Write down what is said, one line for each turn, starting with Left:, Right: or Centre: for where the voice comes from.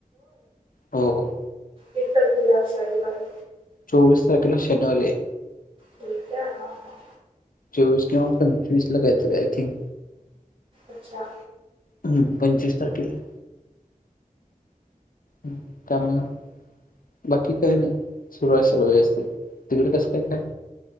Left: हो, हो.
Right: एकवीस तारखेला आषाढी वारी.
Left: चोवीस तारखेला शनिवारी आहे.
Right: ठीक आहे. हा, हा.
Left: चोवीस किंवा पंचवीसला कायतर आहे आय थिंक
Right: अच्छा
Left: हम पंचवीस तारखेला. हम हम त्यामुळे बाकी काही नाही सुरू आहे सर्व व्यवस्थित तिकडे कसं काय काय?